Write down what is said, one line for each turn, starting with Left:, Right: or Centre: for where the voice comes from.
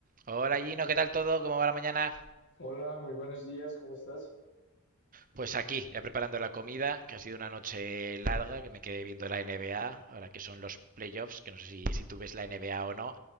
Right: Hola Gino, ¿qué tal todo? ¿Cómo va la mañana?
Left: Hola, muy buenos días, ¿cómo estás?
Right: Pues aquí, ya preparando la comida, que ha sido una noche larga, que me quedé viendo la NBA, ahora que son los playoffs, que no sé si, si tú ves la NBA o no,